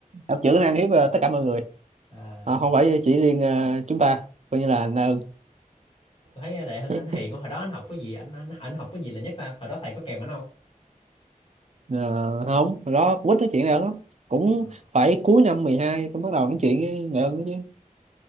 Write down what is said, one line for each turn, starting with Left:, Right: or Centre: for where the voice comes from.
Right: anh chữ năng hiếp ờ, tất cả mọi người
Left: À,
Right: Ờ, không phải chỉ riêng ờ, chúng ta coi như là anh ơn
Left: tôi thấy Đại Hưng
Right: <laughs>
Left: anh hiền quá hồi đó anh học cái gì anh anh anh học cái gì là nhất ta hồi đó thầy có kèm anh không
Right: Ờ, không hồi đó quýt nói chuyện này lắm cũng
Left: Ờ.
Right: phải cuối năm 12 tôi bắt đầu nói chuyện với người ơn đó chứ